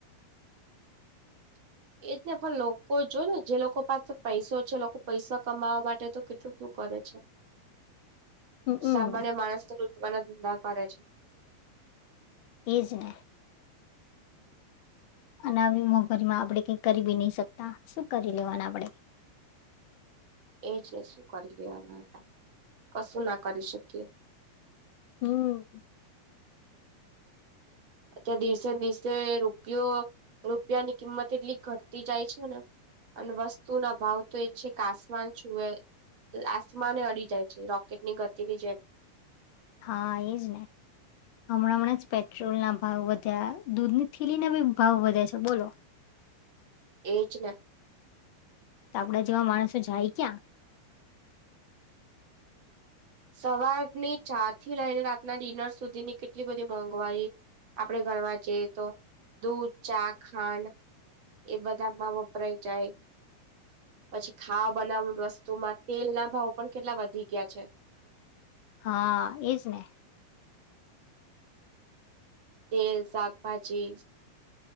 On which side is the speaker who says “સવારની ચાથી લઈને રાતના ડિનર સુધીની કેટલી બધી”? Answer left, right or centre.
Right